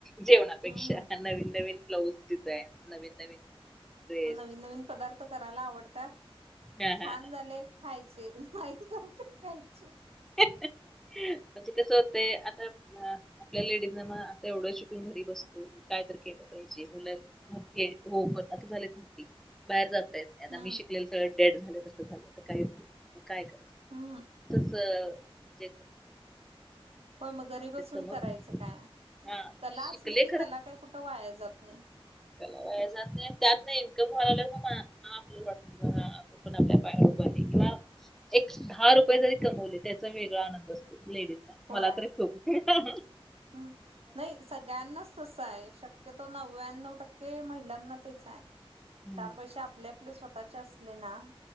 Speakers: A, in the centre; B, on the right.
A: जेवणापेक्षा
B: हम्म
A: नवीन नवीन ब्लाऊज डिझाईन नवीन नवीन ड्रेस
B: न नवीन पदार्थ करायला आवडतात
A: हा
B: छान
A: हा
B: झाले खायचे नाहीत खायचे
A: म्हणजे कस होत आता अ आपल्या लेडीज ना मग आता एवढं शिकून घरी बसतो काय तर केलं पाहिजे मुला, के हो पण आता झाले नती बाहेर जात <inaudible>
B: हम्म
A: मी शिकलेलं सगळं डेड झालं तसं झालं काही नाहीग कायय
B: हा
A: अ ते
B: होय मग घरी बसून
A: समोर
B: करायचं काय.
A: हा
B: कला
A: शिकले
B: असली की कला काही कुठं वाया जात नाही.
A: कला वया जात नाही त्यात नाही इन्कम व्हायला आपली वाटती ब आपण आपल्या पायावर उभ आहे. म एक दहा रुपये
B: हम्म
A: जरी कमवले त्याचा वेगळा आनंद असतो लेडीजला
B: होय
A: मला तरी खूप. ह.
B: हम्म नाही सगळ्यांनाच. स आहे शक्यतो नव्याण्णव टक्के महिलांना तेच आहे.
A: हम्म
B: चार पैसे आपले आपले स्वतःचे असले ना.